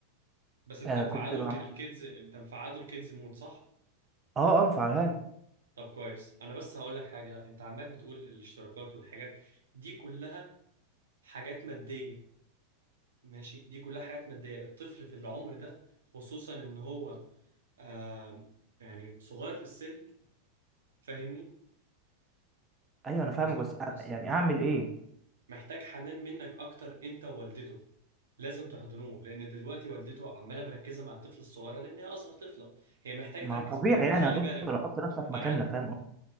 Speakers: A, on the right; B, on the right.
A: بس انت
B: آه
A: مفعله
B: كنت بعمل
A: الك... الكيدز انت مفعله الكيدز مود صح؟
B: اه اه مفعلها له
A: طب كويس انا بس هقول لك حاجه انت عمال بتقول الاشتراكات والحاجات دي كلها حاجات ماديه ماشي دي كلها حاجات ماديه الطفل في العمر ده خصوصا ان هو آه يعني صغير في السن فاهمني؟
B: ايوه انا فاهمك
A: مز-
B: بس أ-
A: وص-
B: يعني اعمل ايه
A: محتاج حنان منك اكتر انت ووالدته لازم تحضنوه لان دلوقتي والدته عماله مركزه مع الطفل الصغيره لان هي اصغر طفله هي محتاجه
B: ما
A: تركز
B: طبيعي
A: معاه وخلي
B: يعني يا دكتور
A: بالك
B: احط نفسك مكاننا
A: انا
B: فاهم قصدي؟